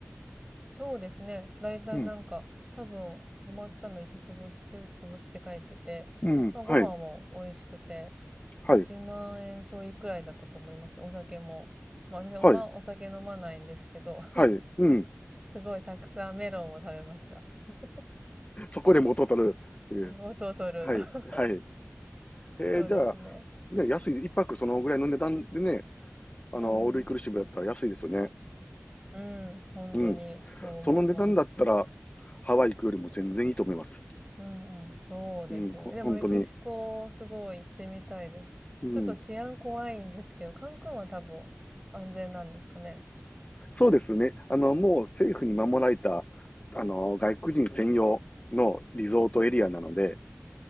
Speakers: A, on the right (about 15°); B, on the left (about 30°).
A: そうですね。だいたいなんか、
B: うん。
A: 多分、泊まったの5つつ星、10つ星って書いてて、
B: うん。
A: まあ、
B: はい。
A: ご飯も美味しくて、
B: はい。
A: 1万円ちょいくらいだったと思いますね。お酒も。まあ私おま、
B: はい。
A: お酒飲まないんですけど、
B: はい。
A: <laughs>
B: うん。
A: すごいたくさんメロンを食べました。<laughs>
B: そこで元を取るっていう。
A: うん元を取ると。
B: はい。
A: <laughs>
B: はい。えー、
A: そうですね。
B: じゃあ、ね、安い、一泊そのぐらいの値段でね、あの、
A: うんうん。
B: オールインクルーシブだったら安いですよね。
A: うん、本当にそう思います。
B: うん。その値段だったら、ハワイ行くよりも全然いいと思います。
A: うんうん、そうですよね。
B: うん、ほ本当に。
A: でもメキシコ、すごい行ってみたいです。
B: うん。
A: ちょっと治安怖いんですけど、カンクンは多分安全なんですかね。
B: そうですね。あの、もう政府に守られた、あの、外国人専用のリゾートエリアなので、